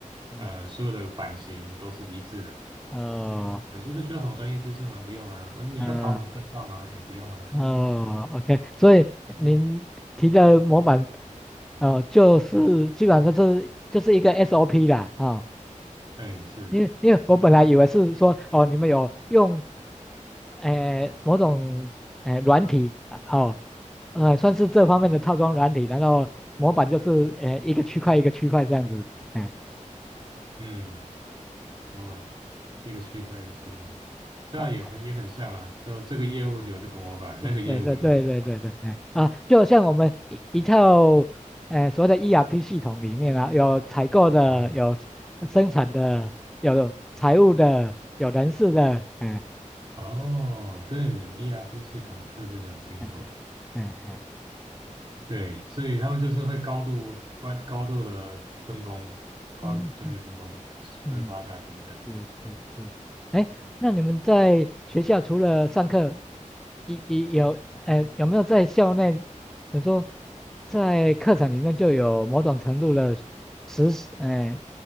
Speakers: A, in the centre; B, on the right.
A: 嗯
B: 呃所有的版型都是一致的。
A: 呃
B: 你说这需要什么专业知识吗？不用啊，哦你需要考什么证照吗？
A: 嗯
B: 也不用啊，
A: 呃，OK，所以您提的模板，呃，就是基本上就是就是一个 SOP 啦，啊、
B: 对，是，
A: 因为因为我本来以为是说哦，你们有用呃某种呃软体啊哦呃，算是这方面的套装软体，然后模板就是呃一个区块一个区块这样子，哎，
B: 嗯，没问题。一个区块一个区块，对啊，
A: 啊，
B: 也很也很像啊，就这个业务有这个模板，
A: 对对对对对对对，
B: 那个业务有那个模
A: 哎啊，就像我们一一套呃所谓的 ERP 系统里面啊，有采购的，
B: 板。哦，
A: 有生产的，有财务的，有人事的，哎
B: 哦，对，ERP 系统，这之前有听过。
A: 哎哎哎，
B: 对，所以他们就是会高度关高度的分工，高专业分工分发下去这样。
A: 嗯嗯。是是是，哎，那你们在学校除了上课，一一有，哎，有没有在校内，你说在课程里面就有某种程度的实习哎，